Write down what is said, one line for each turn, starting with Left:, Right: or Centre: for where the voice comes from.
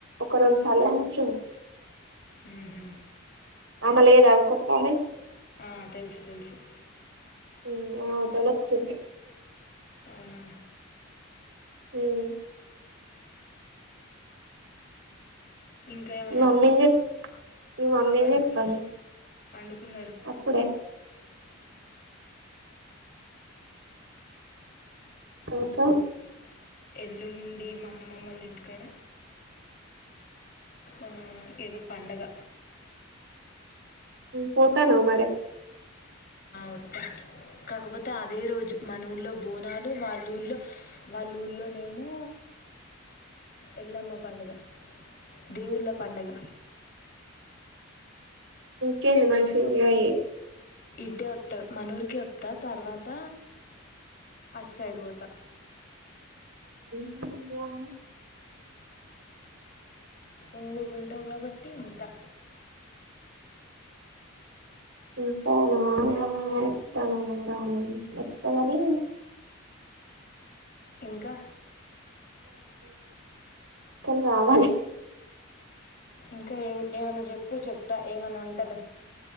Right: ఒక రెండు సార్లు ఏమో వొచింది
Left: ఉమ్ హు
Right: ఆమె లేదా ఇంకొక ఆమె
Left: ఆ తెలుసు తెలుసు
Right: మ్ ఆమె తినొచ్చింది
Left: అవునా
Right: ఉమ్
Left: ఇంకా ఏమన్నా
Right: మమ్మీ
Left: అడుగు
Right: ఏం చెప్ మీ మమ్మీ
Left: పడుకున
Right: ఏం చెప్తాంది
Left: పండుకున్నారు
Right: అప్పుడే తాత
Left: ఎల్లుండి మా అమ్మమ్మ ఒళ్ళ ఇంటికాడ మ్ ఏదో పండగ
Right: పోతనవ మరి
Left: ఓత కాకపోతే అదే రోజు మన ఊళ్లో బోనాలు వాళ్ళ ఊళ్లో వాళ్ళ ఊర్లోనేమో ఎల్లమ్మ పండుగ దేవుళ్ళ పండగ
Right: ఇంకేంది మంచిగా
Left: ఎటో
Right: ఎంజాయ్ చెయ్
Left: ఇటే ఒత్త మనూరికి ఒత్త తర్వాత అటు సైడ్ పోతా
Right: ఇం ఫోన్
Left: ఉమ్ నువ్వు ఉంటావ్ కాబట్టి ఉంటా
Right: ఉంటాను ఒత్తానో రాను తగని
Left: ఇంకా
Right: తన్ రావాలి
Left: ఇంకా ఏ ఏమన్నా చెప్పు చెప్తా ఏమన్నా వంటలు